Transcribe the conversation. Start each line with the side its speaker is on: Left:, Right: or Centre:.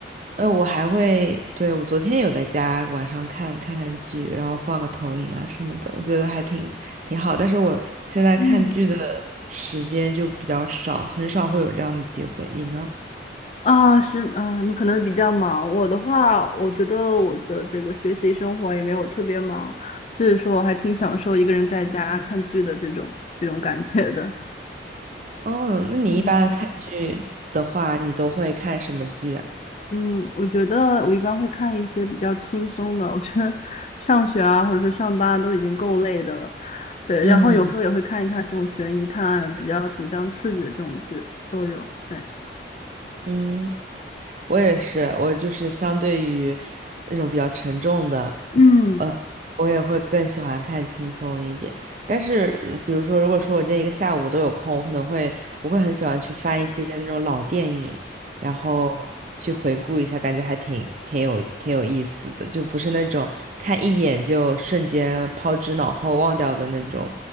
Right: 呃，我还会，对，我昨天有在家晚上看看看剧，然后放个投影啊什么的，我觉得还挺挺好。但是我现在看剧的
Left: 嗯。
Right: 时间就比较少，很少会有这样的机会。你呢？
Left: 啊，是，啊，你可能比较忙。我的话，我觉得我的这个学习生活也没有特别忙，所以说我还挺享受一个人在家看剧的这种这种感觉的。
Right: 哦，那你一般看剧的话，
Left: 嗯
Right: 你都会看什么剧啊？
Left: 嗯，我觉得我一般会看一些比较轻松的，我觉得 <laughs> 上学啊或者是上班都已经够累的了，对，
Right: 嗯
Left: 然后有时候也会看一看这种悬疑探案比较紧张刺激的这种剧都有。对，
Right: 嗯，我也是，我就是相对于那种比较沉重的，
Left: 嗯。
Right: 呃，我也会更喜欢看轻松一点。但是，呃比如说，如果说我今天一个下午都有空，我可能会，我会很喜欢去翻一些那种老电影，然后去回顾一下，感觉还挺挺有挺有意思的，就不是那种看一眼就瞬间抛之脑后忘掉的那种